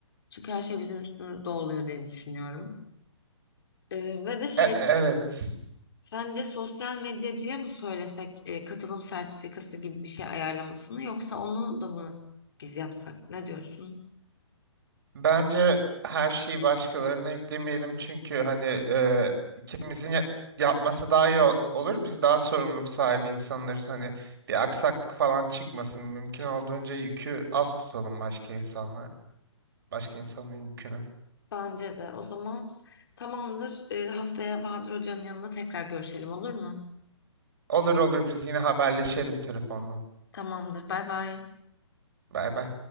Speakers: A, on the left (about 50°); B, on the right (about 50°).
A: Çünkü her şey bizim üstümüzde oluyor diye düşünüyorum. E, ve de şey
B: e- e, evet
A: Sence sosyal medyacıya mı söylesek e, katılım sertifikası gibi bir şey ayarlamasını yoksa onu da mı biz yapsak? Ne diyorsun?
B: bence her şeyi başkalarına yüklemeyelim çünkü hani e, ikimizin ya- yapması daha iyi ol- olur. Biz daha sorumluluk sahibi insanlarız. Hani bir aksaklık falan çıkmasın. Mümkün olduğunca yükü az tutalım başka insanlar, başka insanların yükünü.
A: Bence de. O zaman tamamdır. E, haftaya Bahadır Hoca'nın yanında tekrar görüşelim olur mu?
B: Olur olur biz yine haberleşelim telefonla.
A: Tamamdır. Bay bay.
B: Bay bay.